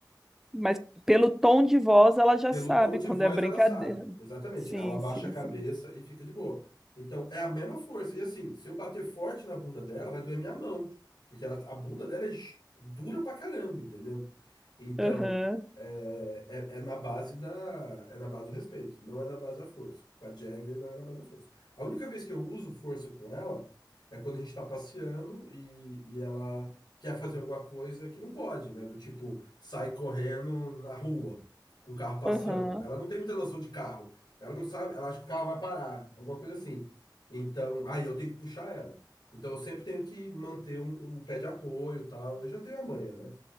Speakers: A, in the centre; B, on the left.
A: Mas pelo tom de voz, ela já
B: Pelo
A: sabe
B: tom de
A: quando
B: voz,
A: é brincadeira.
B: ela sabe. Exatamente.
A: Sim,
B: Ela abaixa
A: sim,
B: a cabeça
A: sim.
B: e fica de boa. Então, é a mesma força. E assim, se eu bater forte na bunda dela, vai doer minha mão. Porque ela- a bunda dela é gi- dura pra caramba, entendeu? Então,
A: Aham.
B: é, é, é na base da, é na base do respeito. Não é na base da força. Com a Jagger, não é na base da força. A única vez que eu uso força com ela é quando a gente tá passeando e, e ela quer fazer alguma coisa que não pode, né? Do tipo, sai correndo na rua com o carro passando.
A: Aham.
B: Ela não tem muita noção de carro. Ela não sabe, ela acha que o carro vai parar, alguma coisa assim. Então, aí eu tenho que puxar ela. Então eu sempre tenho que manter um, um pé de apoio, e tal. Eu já tenho a manha, né?